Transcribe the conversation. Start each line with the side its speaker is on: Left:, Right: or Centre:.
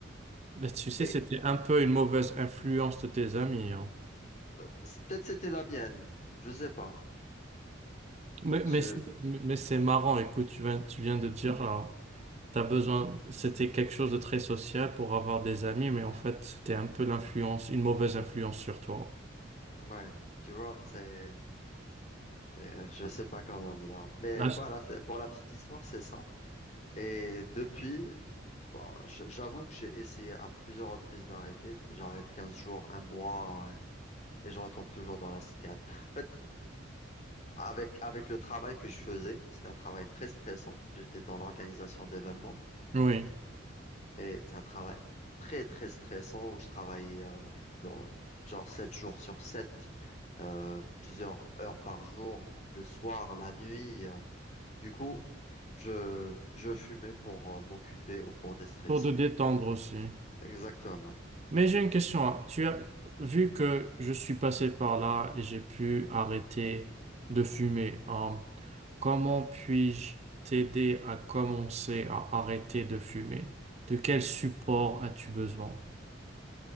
Right: tu sais,
Left: Et
Right: c'était un peu une mauvaise influence de tes amis. hein.
Left: euh, c'est- peut-être c'était la mienne, je sais pas.
Right: Mais,
Left: Je,
Right: mais c'est mais c'est marrant, écoute, tu viens, tu viens de dire là. T'as besoin, c'était quelque chose de très social pour avoir des amis, mais en fait, c'était un peu l'influence, une mauvaise influence sur toi.
Left: ouais, tu vois, c'est. Euh, je sais pas comment dire. Mais
Right: Ah,
Left: voilà,
Right: c-
Left: c'est- pour la petite histoire, c'est ça. Et depuis, bon, j- j'avoue que j'ai essayé à plusieurs reprises d'arrêter. J'arrête 15 jours, un mois, et, et je retombe toujours dans la cigarette. En fait, avec, avec le travail que je faisais, c'était un travail très stressant. J'étais dans l'organisation d'événements
Right: Oui,
Left: et c'est un travail très, très stressant où je travaillais euh, genre, genre 7 jours sur 7 euh, plusieurs heures par jour, le soir, la nuit. euh, Du coup, je, je fumais pour euh, m'occuper ou pour déstresser.
Right: pour te détendre aussi.
Left: Exactement.
Right: Mais j'ai une question. hein. Tu as vu que je suis passé par là et j'ai pu arrêter de fumer. hein, Comment puis-je t'aider à commencer à arrêter de fumer? De quel support as-tu besoin?